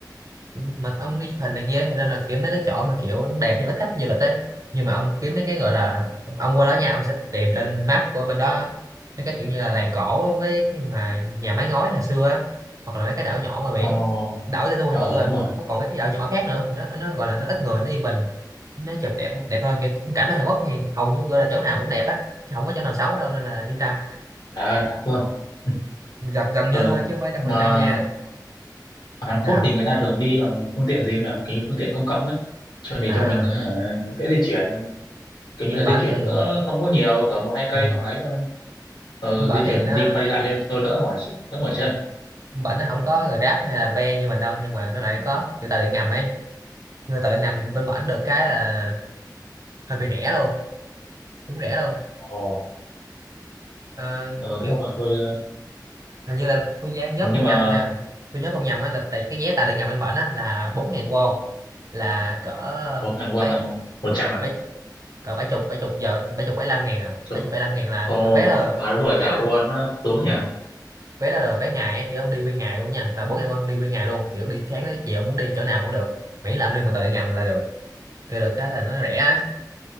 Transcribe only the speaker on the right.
mà ông đi chụp hình này kia thì nên là kiểu mấy cái chỗ mà kiểu đẹp nhưng ít khách du lịch ấy nhưng mà ông kiếm mấy cái gọi là ông, ông qua đó nha ông sẽ tìm trên map của bên đó mấy cái kiểu như là làng cổ á, với cái mà nhà mái ngói hồi xưa á hoặc là mấy cái đảo nhỏ ngoài biển
đảo Jeju
thì bự rồi
còn còn mấy cái đảo nhỏ khác nữa thì nó nó gọi là nó ít người nó yên bình nó chụp đẹp hơn đẹp hơn kiểu phong cảnh bên Hàn Quốc thì hầu như gọi là chỗ nào cũng đẹp á chứ không có chỗ nào xấu đâu nên là yên tâm
gần gần như
thôi chứ không phải trăm
phần trăm nha
sao
à
bên
bản
thì
ừ.
bên bản
thì
nó
bển nó không có Grab hay là Be như mình đâu nhưng mà nó lại có kiểu tàu điện ngầm ấy nhưng mà tàu điện ngầm bên bển được cái là hơi bị rẻ luôn cũng rẻ luôn
Ờ,
kiểu
hình như là tôi giá nhớ
không
nhầm nha tôi nhớ không nhầm á là tại cái vé tàu điện ngầm bên bển á là bốn ngàn won là cỡ
bảy
ừ,
bảy cỡ bảy chục bảy chục giờ bảy chục bảy lăm ngàn à
bảy chục bảy lăm ngàn là
cái vé là
vé
là
ừ, vé đó là vé ngày ấy, kiểu ông đi nguyên ngày luôn nha là bốn ngàn won ông đi nguyên ngày luôn kiểu đi sáng tới chiều muốn đi chỗ nào cũng được miễn là ông đi bằng tàu điện ngầm là được Rồi được cái là nó rẻ ấy